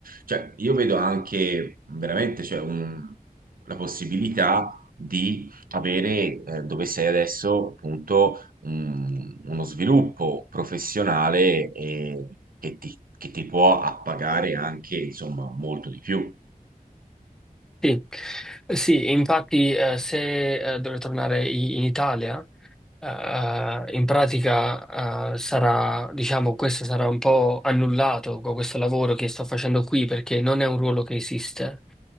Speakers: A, on the right; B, in the centre.
A: cioè, io vedo anche veramente, cioè, un- la possibilità di avere, eh, dove sei adesso, appunto un- uno sviluppo professionale eh, che ti, che ti può appagare anche, insomma, molto di più.
B: sì. Sì, infatti eh, se eh, dovrei tornare i- in Italia, eh, eh, in pratica eh, sarà, diciamo, questo sarà un po' annullato con questo lavoro che sto facendo qui perché non è un ruolo che esiste.